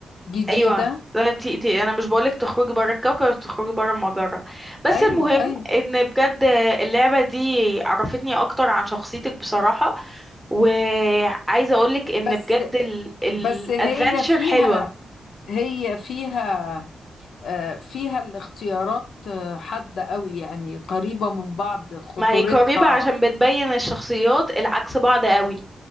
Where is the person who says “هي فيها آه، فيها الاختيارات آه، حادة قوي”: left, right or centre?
Left